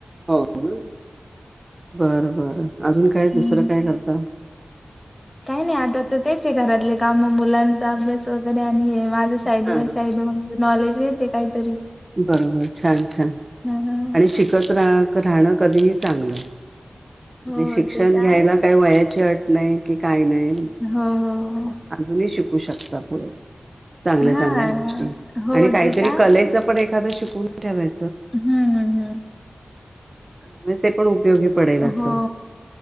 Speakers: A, on the right (about 45°); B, on the left (about 20°).
A: हो काय? बरं बरं, अजून काय
B: हम्म
A: दुसरं काय करता?
B: काय नाही आता तर तेच आहे घरातले कामं, मुलांचा अभ्यास वगैरे आणि हे माझं साईड
A: हा.
B: बाय साईड म्हणजे नॉलेज घेते काहीतरी.
A: बरोबर, छान छान
B: हम्म.
A: आणि शिकत राह राहणं कधीही चांगलं. आणि
B: हो
A: शिक्षण
B: ते तर
A: घ्यायला
B: आहे
A: काय वयाची अट नाही कि काय नाय.
B: हो हो
A: अजूनही शिकू शकता पुढे. चांगल्या
B: हा
A: चांगल्या गोष्टी
B: हो
A: आणि काहीतरी
B: ते तर आहे
A: कलेचं पण एखादं शिकून ठेवाय
B: हम्म हम्म हम्म.
A: म्हजजे ते पण उपयोगी पडेल असं.
B: हो